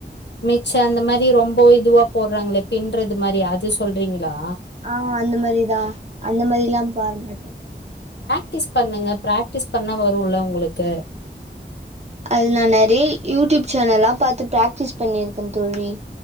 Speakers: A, on the left (about 75°); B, on the right (about 35°).
A: மிச்ச அந்த மாரி ரொம்போ இதுவா போட்றாங்களே பின்றது மாரி அது சொல்றீங்கிளா
B: ஆ அந்து மரிதா அந்த மரில்லா பார்மேட்ட
A: ட்டிஸ் பண்ணுங்க ப்ராக்டிஸ் பண்ணா வருல்ல உங்களுக்க
B: அது நா நறி யூட்யூப் சேனல்லா பாத்து ப்ராக்டிஸ் பண்ணியிருக்க தோழி